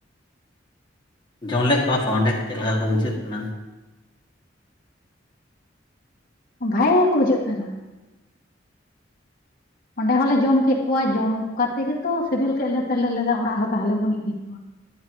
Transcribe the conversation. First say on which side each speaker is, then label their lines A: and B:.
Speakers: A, on the left; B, on the left.
A: ᱡᱚᱢ ᱞᱮᱜ ᱠᱚᱣᱟᱯᱮ ᱚᱸᱰᱮ ᱪᱮᱫ ᱞᱮᱠᱟ ᱠᱚ ᱵᱩᱡᱷᱟᱹᱜ ᱠᱟᱱᱟ?
B: ᱵᱷᱟᱜᱮ ᱜᱮᱠᱚ ᱵᱩᱡᱷᱟᱹᱜ ᱠᱟᱱᱟ ᱾ ᱚᱸᱰᱮ ᱦᱚᱞᱮ ᱡᱚᱢ ᱠᱮᱫ ᱠᱚᱣᱟ ᱡᱚᱢ ᱠᱟᱛᱮ ᱜᱮᱛᱚ ᱥᱮᱵᱮᱞ ᱠᱮᱫ ᱞᱮᱛᱮ ᱞᱮ ᱞᱟᱹᱭᱫᱟ ᱚᱲᱟᱜ ᱦᱚᱸ ᱛᱟᱦᱚᱞᱮ ᱵᱚᱱ ᱤᱫᱤ ᱠᱚᱣᱟ ᱾